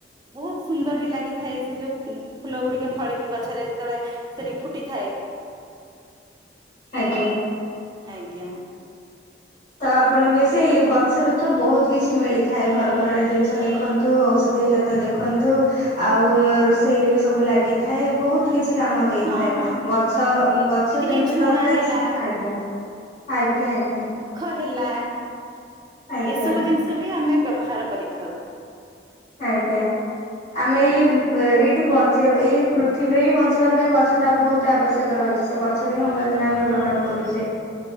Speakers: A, on the right (about 20°); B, on the left (about 45°).
A: ବହୁତ ସୁନ୍ଦର ବି ଲାଗିଥାଏ ସେ ଯୋଉ ଫୁଲ ଗୁଡିକ ଫଳିକି ଗଛରେ ଯେତେବେଳେ ସେରୀ ଫୁଟିଥାଏ।
B: ଆଜ୍ଞା।
A: ଆଜ୍ଞା।
B: ତ ଆପଣ ବେଶୀ ଗଛରେ ତ ବହୁତ କିଛି ମିଳିଥାଏ ଘରକରଣା ଜିନିଷ ଦେଖନ୍ତୁ ଔଷଧୀୟ ଜାତ ଦେଖନ୍ତୁ ଆଉ ରୋଷେଇରେ ବି ସବୁ ଲାଗିଥାଏ ବହୁତ କିଛି କାମ ଦେଇଥାଏ
A: ହଁ ହଁ
B: ଗଛ ଗଛ ଯେମିତି
A: କିି ଝୁଣା
B: ଦରକାର
A: ହେଲା
B: ଆଜ୍ଞା ଆଜ୍ଞା ଆଜ୍ଞା।
A: ଖ ହେଲା
B: ଆଜ୍ଞା
A: ଏସବୁ ଜିନିଷ ବି ଆମେ ବ୍ୟବହାର କରିଥାଉ
B: ଆଜ୍ଞା ଆମେ ଏଇ
A: ଆଜ୍ଞା
B: ଏଇଠି ବନ୍ଦ ସେ ଏଇ ପୃଥିବୀରେ ହିଁ ବଞ୍ଚିବା ପାଇଁ ଗଛ ତା ବହୁତ ଆବଶ୍ୟକ ରହିଛି ସେ ଗଛରୁ ହିଁ ଅମଜନେ ଆମେ ଗ୍ରହଣ କରୁଛେ